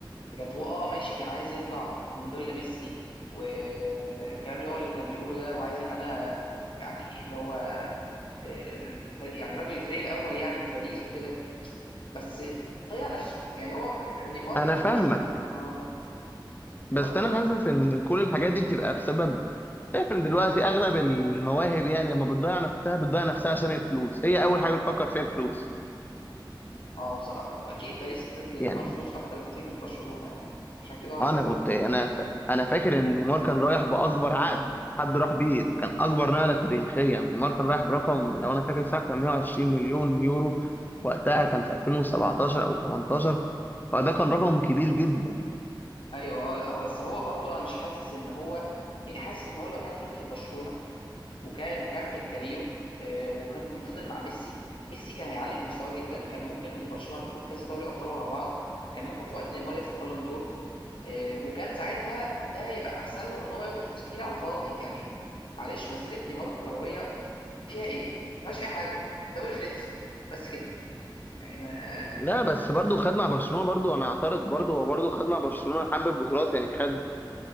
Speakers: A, on the left (about 80°); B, on the left (about 20°).
A: بجد هو اه ماشي كان عايز يطلع من ظل ميسي والكلام اللي هو اللي كان بيقوله ده وعايز يبقى انا يعني اللي هو الفريق يعني راجل الفريق الاول يعني في باريس وكده بس ضيع نفسه يعني هو ب- نيمار
B: انا
A: في
B: فاهمك
A: برشلونه اه نيمار
B: بس
A: في برشلونه
B: انا حاسس ان كل الحاجات دي بتبقى بسبب شايف ان دلوقتي اغلب المواهب يعني لما بتضيع نفسها بتضيع نفسها عشان الفلوس هي اول حاجه بتفكر فيها الفلوس
A: اه بصراحه واكيد باريس ادت لنيمار
B: يعني
A: فلوس اكتر بكتير من برشلونه يعني عشان كده هو
B: آه،
A: سابها
B: انا كنت انا ف... انا فاكر ان نيمار كان رايح باكبر عقد حد راح بيه ده كان اكبر نقله تاريخيا نيمار كان رايح برقم لو انا فاكر صح كان 120 مليون يورو وقتها كان في 2017 او 18 فده كان رقم كبير جدا
A: ايوه اه لا هو بس هو برضه انا مش حاسس ان هو يعني حاسس ان هو لو كان فضل في برشلونه وكان كمل كاريره آه وكان فضل مع ميسي ميسي كان هيعلي من مستواه جدا كان ممكن برشلونه تاخد كذا دوري ابطال ورا بعض كان ممكن في وقت نيمار ياخد بالون دور آه، وكان ساعتها ده هيبقى احسن له من ان هو ياخد فلوس كتير على الفاضي يعني معلش مسيره نيمار الكرويه فيها ايه؟ ما فيهاش اي حاجه دوري فرنسي بس كده يعني ما
B: لا بس برضو خد مع برشلونه برضو انا اعترض برضو هو برضو خد مع برشلونه حبه بطولات يعني خد